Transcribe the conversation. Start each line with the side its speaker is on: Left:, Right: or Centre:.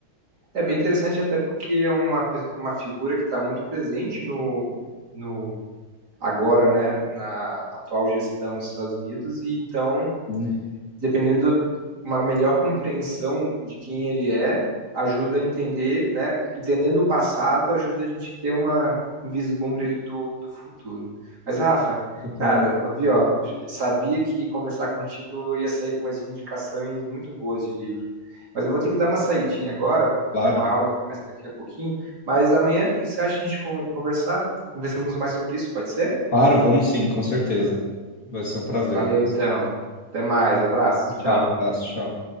Right: É bem interessante, até porque é uma, pe- uma figura que está muito presente no, no agora, né, na atual gestão dos Estados Unidos, e então
Left: Sim,
Right: dependendo uma melhor compreensão de quem ele é, ajuda a entender, né? Entendendo o passado, ajuda a gente ter uma, um vislumbre ali do, do futuro. Mas, Rafa,
Left: totalmente.
Right: cara, ó, vi, ó, sabia que conversar contigo eu ia sair com umas indicações muito boas de livro. Mas eu vou ter que dar uma saidinha agora, vou
Left: Claro,
Right: ter uma aula que começa daqui a pouquinho. Mas amanhã, o que que você acha de a gente con- conversar? Conversamos mais sobre isso, pode ser?
Left: claro, vamos sim, com certeza. Vai ser um prazer.
Right: Valeu, então. Até mais, abraço, tchau.
Left: Fala, abraço, tchau.